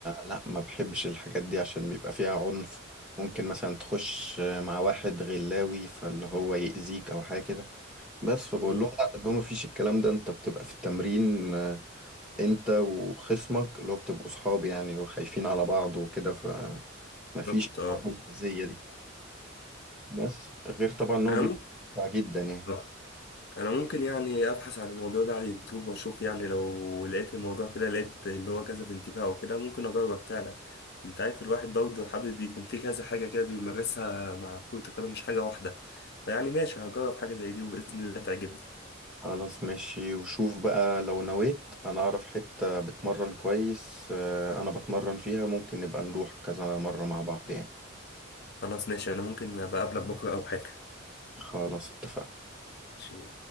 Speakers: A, in the centre; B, on the left (about 55°).
A: لا ما بحبش الحاجات دي عشان بيبقى فيها عنف ممكن مثلا تخش مع واحد غلاوي فاللي هو يأذيك او حاجة كده بس فبقول
B: مم.
A: لهم لا اللي هو ما فيش الكلام ده انت بتبقى في التمرين انت وخصمك اللي هو بتبقوا صحاب يعني وخايفين على بعض وكده فمفيش
B: بالظبط اه
A: الحوارات الأذية دي بس غير طبعا ان هو
B: انا
A: بيبقى
B: ممكن
A: ممتع جدا يعني
B: آه. انا ممكن يعني ابحث عن الموضوع ده على اليوتيوب واشوف يعني لو لقيت الموضوع كده لقيت اللي هو كذا بانتباه او كده ممكن اجرب فعلا انت عارف الواحد برضه حابب يكون في كذا حاجه كده بيمارسها مع كرة القدم مش حاجه واحده فيعني ماشي هجرب حاجه زي دي وباذن الله تعجبني
A: خلاص ماشي وشوف بقى لو نويت انا اعرف حتة بتمرن كويس آه، انا بتمرن فيها ممكن نبقى نروح كذا مرة مع بعض يعني
B: خلاص ماشي انا ممكن ابقى اقابلك بكره او حاجه
A: خلاص اتفقنا
B: ماشي.